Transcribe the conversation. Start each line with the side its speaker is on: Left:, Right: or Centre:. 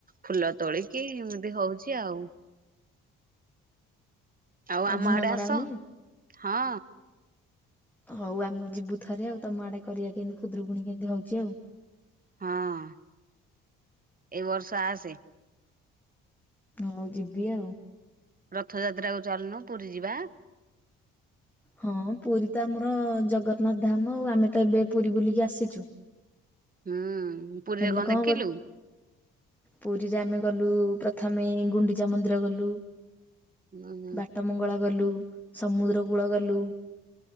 Right: ଫୁଲ ତୋଳିକି ଏମିତି ହଉଚି ଆଉ। ଆଉ ଆମ
Centre: ଝୁଣା
Right: ଆଡେ
Centre: ମରା
Right: ଆସ
Centre: ହଉନି?
Right: ହଁ।
Centre: ହଉ ଆମେ ଯିବୁ ଥରେ ଆଉ ତମ ଆଡେ କରିବା କେମତି ଖୁଦ୍ରୁକୁୁଣୀ କେମତି ହଉଛି ଆଉ।
Right: ହଁ ଏଇ ବର୍ଷ ଆସେ।
Centre: ହଉ ଯିବି ଆଉ।
Right: ରଥଯାତ୍ରା କୁ ଚାଲନୁ ପୁରୀ ଯିବା।
Centre: ହଁ ପୁରୀ ତ ଆମର ଜଗନ୍ନାଥ ଧାମ ଆଉ ଆମେ ତ ଏବେ ପୁରୀ ବୁଲିକି ଆସିଚୁ।
Right: ହୁଁ। ପୁରୀରେ
Centre: ହେଲେ କଣ
Right: ଦେଖିଲୁ
Centre: ହବ ପୁରୀରେ ଆମେ ଗଲୁ ପ୍ରଥମେ ଗୁଣ୍ଡିଚା ମନ୍ଦିର ଗଲୁ,
Right: ହୁଁ
Centre: ବାଟମଙ୍ଗଳା ଗଲୁ ସମୁଦ୍ର କୂଳ ଗଲୁ